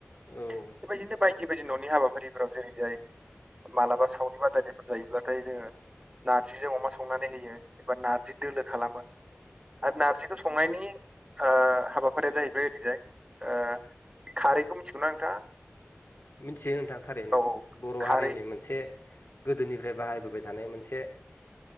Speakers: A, on the left; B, on the right.
A: औ
B: बेबायदिनो बायदि बेबायदि न'नि हाबाफारिफोराव जेरै जाय मालाबा सावरि बादायनायफोर जायोब्लाथाय जोङो नारजिजों अमा संनानै होयो एबा नारजि दोलो खालामो आरो नार्जिखौ संनायनि ओ हाबाफारिया जाहैबाय ओरैजाय ओ खारैखौ मिथिगौना नोंथाङा
A: मिथियो नोंथां थारैनो
B: औ
A: बर'
B: खारै
A: हारिनि मोनसे गोदोनिफ्राय बाहायबोबाय थानाय मोनसे